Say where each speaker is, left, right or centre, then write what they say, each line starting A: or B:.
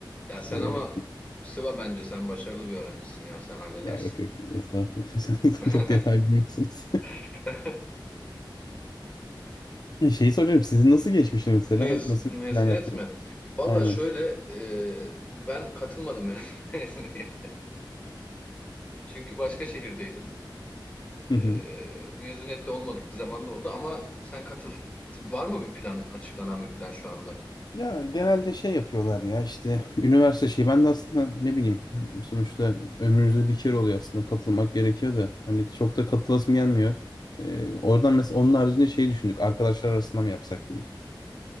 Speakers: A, on the left; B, on the left.
A: Ya sen
B: Ee,
A: ama Sıva bence sen başarılı bir öğrencisin ya sen halledersin.
B: ya yok yok estağfurullah. <laughs> Sen
A: <laughs>
B: Çok detay biliyorsunuz.
A: <laughs>
B: <laughs> Şeyi soracağım. Sizin nasıl geçmişti mesela?
A: Mez,
B: Nasıl
A: mezuniyet
B: bir plan yaptınız?
A: mi? Valla
B: Aynen.
A: şöyle e, ben katılmadım mez- <laughs> mezuniyet. Çünkü başka şehirdeydim. E,
B: <laughs>
A: mezuniyette olmadık bir zamanda oldu ama sen katıl. Var mı bir plan, açıklanan bir plan şu anda?
B: Ya genelde şey yapıyorlar ya işte üniversite şeyi ben de aslında ne bileyim sonuçta ömrümüzde bir kere oluyor aslında katılmak gerekiyor da hani çok da katılasım gelmiyor. Ee, oradan mesela onun haricinde şey düşündük arkadaşlar arasında mı yapsak diye.